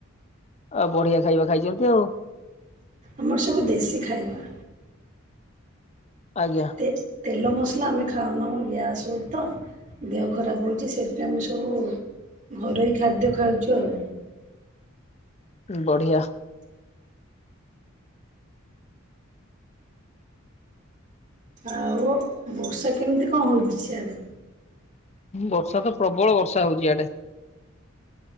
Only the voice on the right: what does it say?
ଆମର ସବୁ ଦେଶୀ ଖାଇବା।
ତେ ତେଲ ମସଲା ଆମେ ଖାଉନ ଆମର ଗ୍ୟାସ ହେଉଛି ତ। ଦେହ ଖରାପ ହେଉଛି ସେଥିପାଇଁ ଆମେ ସବୁ ଘରୋଇ ଖାଦ୍ୟ ଖାଉଛୁ ଆଉ।
ଆଉ ବର୍ଷା କେମିତି କଣ ହଉଛି ସେଆଡେ?